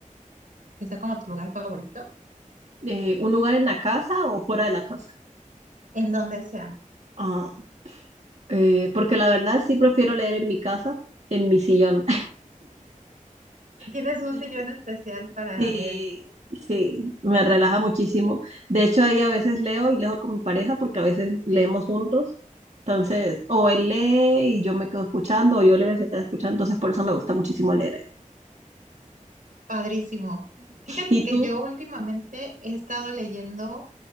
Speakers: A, on the right (about 80°); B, on the right (about 55°).
A: que sea como tu lugar favorito,
B: Eh, ¿un lugar en la casa o fuera de la casa?
A: en donde sea?
B: Ah, eh, porque la verdad sí prefiero leer en mi casa, en mi sillón.
A: Tienes
B: <laughs>
A: un
B: El-
A: sillón especial para
B: Sí,
A: leer.
B: sí, me relaja muchísimo. De hecho, ahí a veces leo y leo con mi pareja porque a veces leemos juntos. Entonces, o él lee y yo me quedo escuchando, o yo leo y él se queda escuchando. Entonces, por eso me gusta muchísimo leer.
A: Padrísimo. Fíjate
B: ¿Y
A: que
B: tú?
A: yo últimamente he estado leyendo,